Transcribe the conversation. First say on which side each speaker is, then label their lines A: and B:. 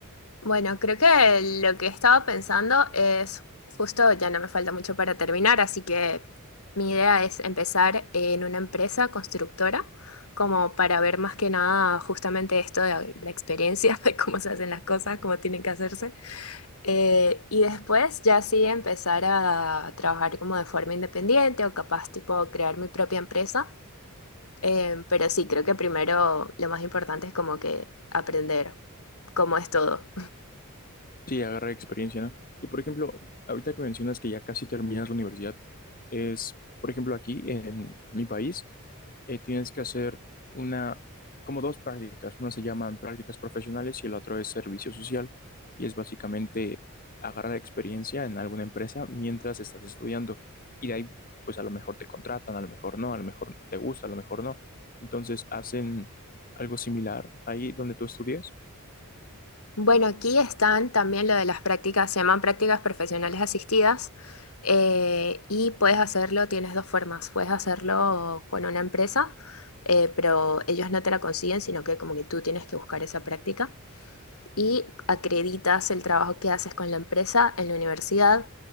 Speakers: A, on the left; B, on the left.
A: Bueno, creo que lo que estaba pensando es, justo ya no me falta mucho para terminar, así que mi idea es empezar en una empresa constructora, como para ver más que nada justamente esto de la experiencia, <laughs> de cómo se hacen las cosas, cómo tienen que hacerse. Eh, y después ya sí empezar a trabajar como de forma independiente o capaz tipo crear mi propia empresa. Eh, pero sí, creo que primero lo más importante es como que aprender cómo es todo.
B: Sí, agarrar experiencia, ¿no? Y por ejemplo, ahorita que mencionas que ya casi terminas la universidad, es, por ejemplo, aquí en, en mi país, eh, tienes que hacer una, como dos prácticas. Una se llaman prácticas profesionales y el otro es servicio social. Y es básicamente agarrar experiencia en alguna empresa mientras estás estudiando. Y de ahí, pues a lo mejor te contratan, a lo mejor no, a lo mejor te gusta, a lo mejor no. Entonces hacen algo similar ahí donde tú estudias.
A: Bueno, aquí están también lo de las prácticas, se llaman prácticas profesionales asistidas eh, y puedes hacerlo, tienes dos formas, puedes hacerlo con una empresa, eh, pero ellos no te la consiguen, sino que como que tú tienes que buscar esa práctica y acreditas el trabajo que haces con la empresa en la universidad